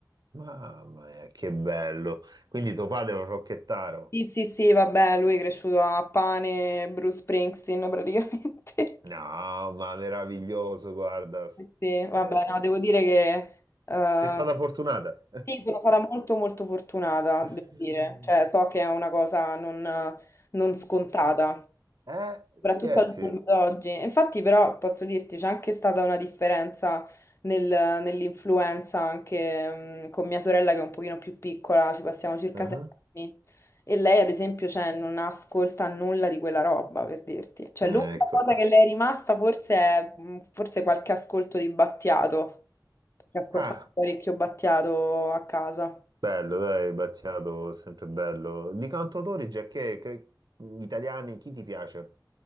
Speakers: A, on the right; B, on the left.
A: mamma mia, che bello. Quindi tuo padre è un rocchettaro?
B: Sì, sì, sì, vabbè, lui è cresciuto a pane, Bruce Springsteen praticamente. <laughs>
A: No, ma meraviglioso, guarda.
B: Sì, sì, vabbè,
A: Eh,
B: no, devo dire che eh,
A: sei stata fortunata.
B: sì, sono stata molto molto fortunata,
A: <laughs>
B: devo dire. Cioè, so che è una cosa non non scontata.
A: Eh,
B: soprattutto
A: scherzi.
B: al giorno d'oggi. Infatti, però, posso dirti, c'è anche stata una differenza nel- nell'influenza anche mh, con mia sorella che è un pochino più piccola, ci passiamo circa
A: Mhm.
B: sei anni. E lei, ad esempio, cioè, non ascolta nulla di quella roba, per dirti. Cioè,
A: Eh,
B: l'unica
A: Ecco.
B: cosa che le è rimasta forse è mh, forse qualche ascolto di Battiato, perché ascoltava
A: Ah,
B: parecchio Battiato a casa.
A: bello, dai, Battiato, sempre bello. Di cantautori, già che, che- italiani, chi ti piace?